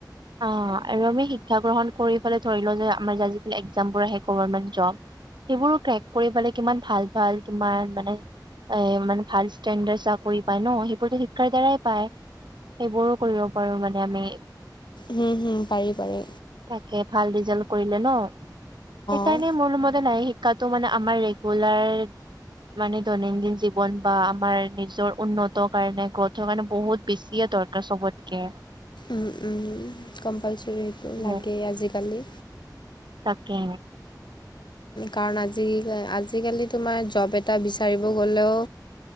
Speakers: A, on the right; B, on the left.
A: অ', আৰু আমি শিক্ষা গ্ৰহণ কৰি ধৰি লোৱা যে আমাৰ যে আজিকালি একজামবোৰ আহে গভমেট জব। সেইবোৰো ক্ৰেক কৰি পালে কিমান ভাল ভাল কিমান মানে এ মানে ভাল ষ্টেণ্ডাৰ চাকৰি পায় ন' সেইবোৰতো শিক্ষাৰ দ্বাৰাই পায়। সেইবোৰো কৰিব পাৰোঁ মানে আমি।
B: হুম, হুম পাৰি পাৰি।
A: তাকে ভাল ৰিজাল্ট কৰিলে ন', সেইকাৰণে
B: অ।
A: মোৰমতে নাই কাটো মানে আমাৰ ৰেগুলাৰ মানে দৈনন্দিন জীৱন বা আমাৰ নিজৰ উন্নত কাৰণে <unintelligible> কাৰণে বহুত বেছিয়ে দৰকাৰ চবতকে।
B: উম, উম কম্পালচৰি সেইটো
A: উম,
B: লাগেই আজিকালি।
A: তাকে।
B: কাৰণ আজি আজিকালি তোমাৰ জব এটা বিচাৰিব গ'লেও